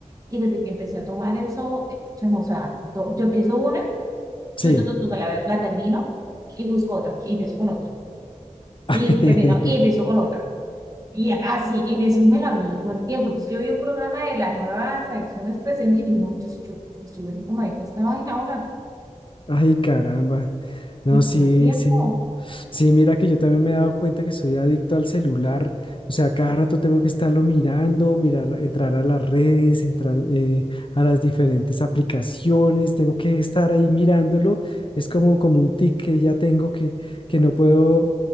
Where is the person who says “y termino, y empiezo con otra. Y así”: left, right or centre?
Right